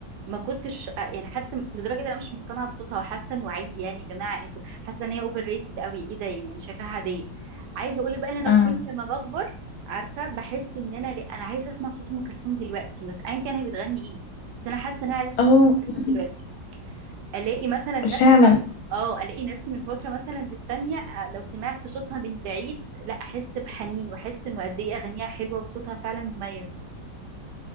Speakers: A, on the right; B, on the left.
A: ما كنتش آه، يعني حتى لدرجه ان انا مش مقتنعه بصوتها وحاسه انه عادي يعني يا جماعه انتوا حاسه ان هي اوفر ريتد قوي ايه ده يعني انا شايفاها عاديه عايزه اقول لك بقى ان انا
B: اه
A: كل ما بكبر عارفه بحس ان انا لا انا عايزه اسمع صوت ام كلثوم دلوقتي مثلا ايا كان هي بتغني ايه بس انا حاسه ان انا عايزه اسمع
B: أو
A: صوت ام
B: مم.
A: كلثوم دلوقتي الاقي مثلا نفسي
B: فعلا
A: برضه اه الاقي نفسي من فتره مثلا للتانيه آه، لو سمعت صوتها من بعيد لا احس بحنين واحس انه قد ايه اغانيها حلوه وصوتها فعلا مميز